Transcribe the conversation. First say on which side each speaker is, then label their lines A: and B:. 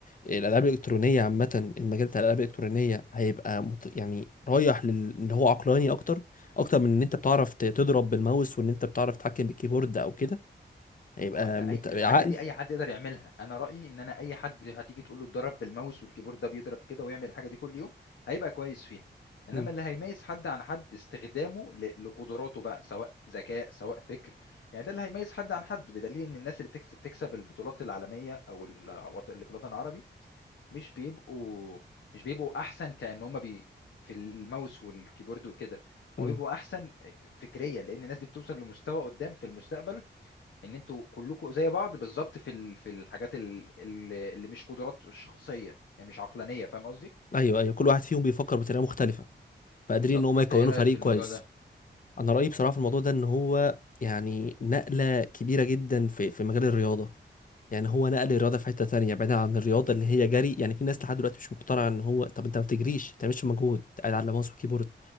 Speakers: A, on the left; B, on the left.
A: الالعاب الالكترونيه عامه المجال بتاع الالعاب الالكترونيه هيبقى مت... يعني رايح لل... ان هو عقلاني اكتر اكتر من ان انت بتعرف ت- تضرب بالماوس وان انت بتعرف تتحكم بالكيبورد او كده هيبقى
B: ما هو انت اي
A: مت...
B: الحاجه
A: عقل
B: دي اي حد يقدر يعملها انا رايي ان انا اي حد هتيجي تقول له اتدرب بالماوس والكيبورد ده بيضرب كده ويعمل الحاجه دي كل يوم هيبقى كويس فيها انما
A: م-
B: اللي هيميز حد عن حد استخدامه ل- لقدراته بقى سواء ذكاء سواء فكر يعني ده اللي هيميز حد عن حد بدليل ان الناس اللي بتكسب, بتكسب البطولات العالميه او الوط- اللي في الوطن العربي مش بيبقوا مش بيبقوا احسن كأن هم بي في الماوس والكيبورد وكده
A: م.
B: هم بيبقوا احسن فكريا لان الناس دي بتوصل لمستوى قدام في المستقبل ان انتوا كلكم زي بعض بالظبط في ال- في الحاجات ال- ال- اللي مش قدرات شخصيه يعني مش عقلانيه فاهم قصدي
A: ايوه ايوه كل واحد فيهم بيفكر بطريقه مختلفه فقادرين
B: بالظبط
A: ان هم
B: انت
A: يكونوا
B: ايه رايك
A: فريق
B: في الموضوع
A: كويس
B: ده
A: انا رايي بصراحه في الموضوع ده ان هو يعني نقله كبيره جدا في في مجال الرياضه يعني هو نقل الرياضه في حته تانية بعيدا عن الرياضه اللي هي جري يعني في ناس لحد دلوقتي مش مقتنعه ان هو طب انت ما بتجريش ما بتعملش مجهود قاعد على ماوس وكيبورد